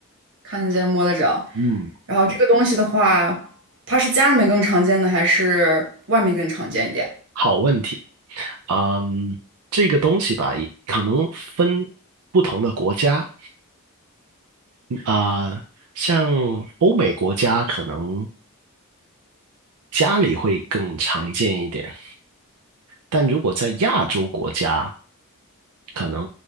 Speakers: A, on the right; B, on the right.
A: 看得见、摸得着。
B: 嗯，
A: 然后这个东西的话，它是家里面更常见的，还是外面更常见一点？
B: 好问题。嗯，这个东西吧，也可能分不同的国家啊，呃像欧美国家可能家里会更常见一点，但如果在亚洲国家，可能